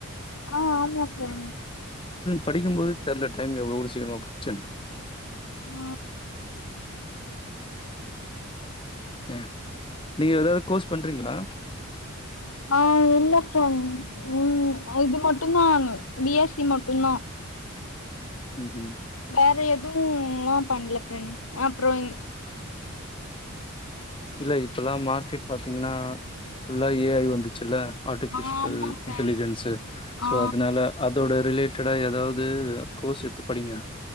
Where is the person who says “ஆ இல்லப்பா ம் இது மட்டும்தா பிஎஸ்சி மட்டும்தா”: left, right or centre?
Left